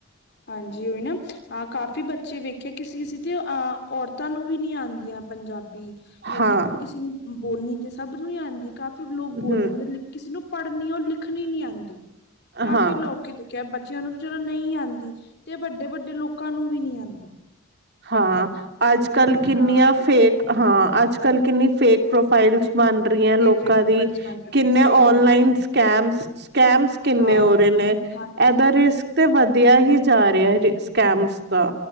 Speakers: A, on the left (about 50°); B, on the right (about 50°).
A: ਹਾਂਜੀ। ਨਾ ਕਾਫੀ ਬੱਚੇ ਵੇਖੇ, ਕਿਸੇ ਕਿਸੇ ਤੇ ਅਹ ਔਰਤਾਂ ਨੂੰ ਵੀ ਨਹੀਂ ਆਉਂਦੀਆਂ। ਪੰਜਾਬੀ ਜਾਂ
B: ਹਾਂ
A: ਲਿ ਕਿਸੇ ਨੂੰ ਬੋਲਣੀ ਤੇ ਸਭ ਨੂੰ ਹੀ ਆਉਂਦੀ ਕਾਫੀ ਲੋਕ ਬੋਲ
B: ਹਮ
A: ਲੈਂਦੇ। ਕਿਸੇ ਨੂੰ ਪੜ੍ਹਨੀ- ਲਿਖਣੀ ਨੀ ਆਉਂਦੀ। ਕਾਫ਼ੀ
B: ਹਾਂ
A: ਲੋਕ ਦੇ ਕ ਬੱਚਿਆਂ ਨੂੰ ਵੀ ਚਲੋ ਨਹੀਂ ਆਉਂਦੀ। ਤੇ ਵੱਡੇ- ਵੱਡੇ ਲੋਕਾਂ ਨੂੰ ਵੀ ਨਹੀਂ ਆਉਂਦੀ।
B: ਹਾਂ। ਅੱਜ
A: ਇਹ
B: ਕੱਲ
A: ਬੜੀ
B: ਕਿੰਨੀਆਂ
A: ਹਾਂ
B: ਫੇਕ ਹਾਂ, ਅੱਜ ਕੱਲ ਕਿੰਨੀ ਫੇਕ ਪ੍ਰੋਫਾਈਲ ਮੰਨ ਰਹੀਆਂ ਲੋਕਾਂ
A: ਫੇਕ ਪ੍ਰੋਫਾਈਲਸ
B: ਦੀ।
A: ਬਣ ਰਹੀ
B: ਕਿੰਨੇ
A: ਹੈ ਸਹੀ
B: ਔਨਲਾਈਨ
A: ਗੱਲ ਹੈ
B: ਸਕਮ, ਸਕੈਮਸ ਕਿੰਨੇ
A: ਹਾਂ
B: ਹੋ ਰਹੇ ਨੇ। ਇਹ
A: ਹਾਂਜੀ
B: ਰ ਤੇ ਵਧਿਆ ਹੀ ਜਾ ਰਿਹਾ ਸਕੈਮਸ ਦਾ।